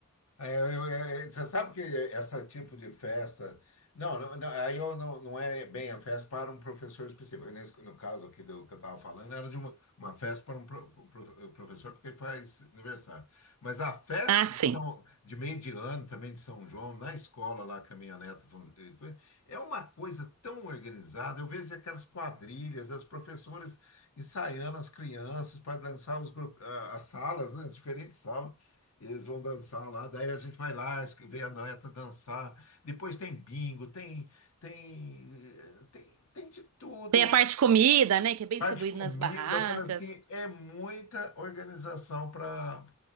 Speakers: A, on the left; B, on the right.
A: É, eu- eu- você sabe que esse tipo de festa. Não, não, não, aí eu não, não é bem a festa para um professor específico. Nesse, no caso aqui do que eu estava falando, era de uma, uma festa para um pro- pro- professor, porque ele faz aniversário. Mas a festa
B: Ah, sim.
A: de, São- de meio de ano também de São João, na escola lá que a minha neta fun- eh, coi- é uma coisa tão organizada. Eu vejo aquelas quadrilhas, as professoras ensaiando as crianças para dançar os, gru- ah, as salas, né, as diferentes salas. Eles vão dançar lá, daí a gente vai lá, es- vê a neta dançar. Depois tem bingo, tem, tem, eh, tem, tem de tudo
B: Tem
A: lá.
B: a parte de comida, né, que é bem
A: Bar
B: distribuído
A: de comida,
B: nas barracas.
A: eu falo assim, é muita organização para.